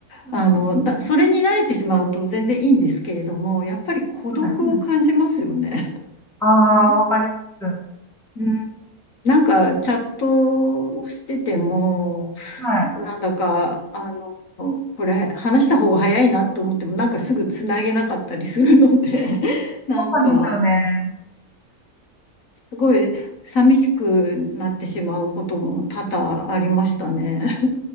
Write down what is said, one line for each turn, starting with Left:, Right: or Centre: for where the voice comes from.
Centre: うん
Left: あの、だ、それに慣れてしまうと全然いいんですけれども、やっぱり孤独を感じますよね。
Centre: はい。
Left: <laughs>
Centre: ああ、
Left: ああ
Centre: わかります。
Left: うん、なんかチャットをしてても、
Centre: はい。
Left: ー、はいなんだか、あの、これ話した方が早いなと思っても、なんかすぐつなげなかったりするので、<laughs> なんか、
Centre: そうなんですよね。
Left: すごい寂しくなってしまうことも多々ありましたね。